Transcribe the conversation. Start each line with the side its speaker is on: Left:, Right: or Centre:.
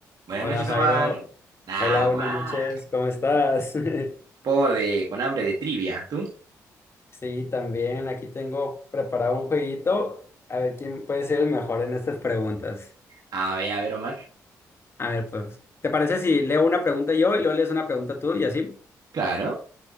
Right: Buenas
Left: Hola
Right: noches,
Left: Jairo,
Right: Omar. Nah,
Left: hola, buenas
Right: Omar.
Left: noches, ¿cómo estás? <laughs>
Right: Poco de, con hambre de trivia. ¿Tú?
Left: Sí, también aquí tengo preparado un jueguito, a ver quién puede ser el mejor en estas preguntas.
Right: A ver, a ver, Omar.
Left: A ver, pues, ¿te parece si leo una pregunta yo y luego lees una pregunta tú y así?
Right: Claro.